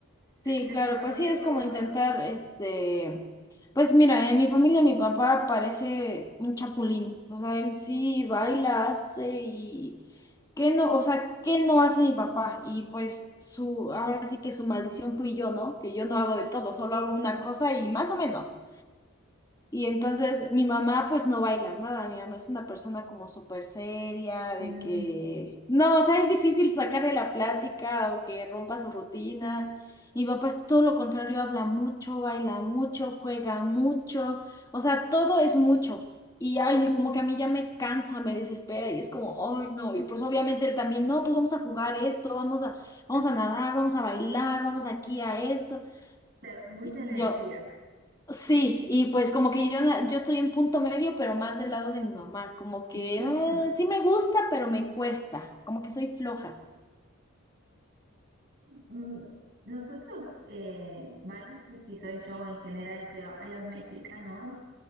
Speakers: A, on the left (about 15°); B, on the right (about 55°).
A: Sí,
B: ¿En
A: claro,
B: tu familia
A: pues sí, es
B: cómo
A: como intentar,
B: son?
A: este, pues mira, en mi familia mi papá parece un chapulín, o sea, él sí baila, hace y qué no, o sea, qué no hace mi papá y pues su, ahora sí que su maldición fui yo, ¿no? Que yo no hago de todo, solo hago una cosa y más o menos. Y entonces mi mamá pues no baila nada, mi mamá es una persona como súper seria, de
B: Mm.
A: que, no, o sea, es difícil sacarle la plática o que rompa su rutina. Y mi papá es todo lo contrario, habla mucho, baila mucho, juega mucho, o sea, todo es mucho. Y ay, como que a mí ya me cansa, me desespera y es como, ay, no, y pues obviamente él también, no, pues vamos a jugar esto, vamos a, vamos
B: <laughs>
A: a nadar, vamos a bailar, vamos aquí a esto.
B: Claro, mucha
A: Y
B: energía.
A: yo, Sí, y pues como que yo, na- yo estoy en punto medio, pero más del lado de mi mamá, como que
B: <laughs>
A: "Ah, sí me gusta, pero me cuesta, como que soy floja.
B: Mm, Nosotros, eh, va, no sé si soy yo o en general, pero a los mexicanos